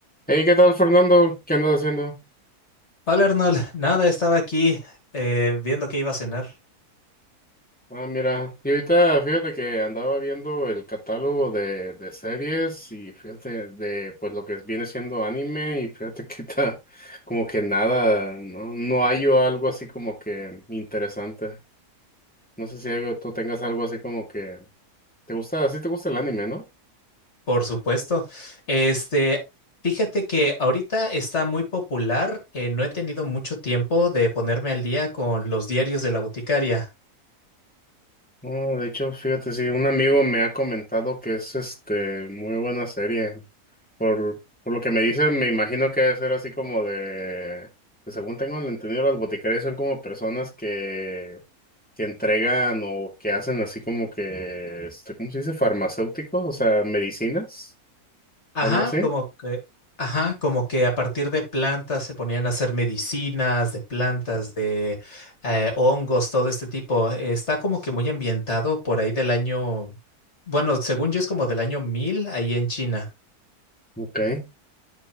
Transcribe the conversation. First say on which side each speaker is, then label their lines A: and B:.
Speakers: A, in the centre; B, on the left.
A: Hey, ¿qué tal, Fernando? ¿Qué andas haciendo?
B: Hola Arnold, nada, estaba aquí eh, viendo que iba a cenar,
A: Ah, mira, y ahorita fíjate que andaba viendo el catálogo de, de series y fíjate de pues lo que viene siendo anime y fíjate que ahorita <laughs> como que nada, no, no hallo algo así como que interesante. No sé si algo- tú tengas algo así como que te gusta, así te gusta el anime, ¿no?
B: por supuesto. Este, fíjate que ahorita está muy popular, eh, no he tenido mucho tiempo de ponerme al día con los diarios de la boticaria.
A: Ah, de hecho, fíjate, sí, un amigo me ha comentado que es este muy buena serie. Por, por lo que me dicen, me imagino que debe ser así como de, que según tengo entendido, las boticarias son como personas que, que entregan o que hacen así como que, este, ¿cómo se dice? Farmacéuticos, o sea, medicinas
B: Ajá,
A: o algo así.
B: como que, ajá, como que a partir de plantas se ponían a hacer medicinas de plantas, de eh, hongos, todo este tipo. Eh, Está como que muy ambientado por ahí del año, bueno, según yo es como del año 1000 ahí en China.
A: Ujú. Ok.